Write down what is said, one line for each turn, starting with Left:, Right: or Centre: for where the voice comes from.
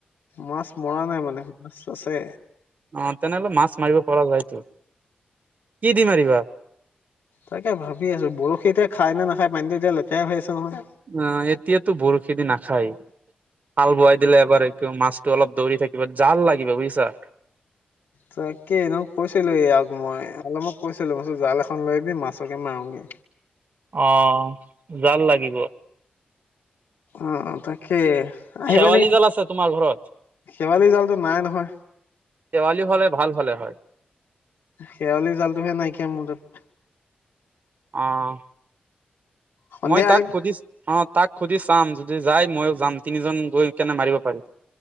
Left: মাছ মৰা নাই মানে, মাছ আছে।
Right: অ' তেনেহ'লে মাছ মাৰিব পৰা যায়তো। কি দি মাৰিবা?
Left: তাকে ভাবি আছোঁ, বৰশী এতিয়া খাই নে নাখাই, পানীটো এতিয়া লেতেৰা হৈ আছে নহয়।
Right: অ' এতিয়াতো বৰশী দি নাখায়। হাল বোৱাই দিলে এবাৰ এক মাছটো অলপ দৌৰি থাকিব, জাল লাগিব বুজিছা।
Left: তাকেই <unintelligible> কৈছিলে ই আক মই অলপমক কৈছিলোঁ যে জাল এখন লৈ আহিবি মাছকে মাৰোগে।
Right: অ' জাল লাগিব।
Left: অ' তাকে। আহিবা
Right: শেৱালি
Left: নেকি?
Right: জাল আছে তোমাৰ ঘৰত
Left: শেৱালি জালটো নাই নহয়।
Right: শেৱালি হ'লে ভাল হ'লে হয়।
Left: শেৱালি জালটোহে নাইকিয়া মোৰ তাত।
Right: অ'
Left: সন্ধিয়া
Right: মই তাক
Left: আহিবি
Right: সুধিছ অ' তাক সুধি চাম যদি যাই মইও যাম, তিনিজন গৈ কেনে মাৰিব পাৰিম।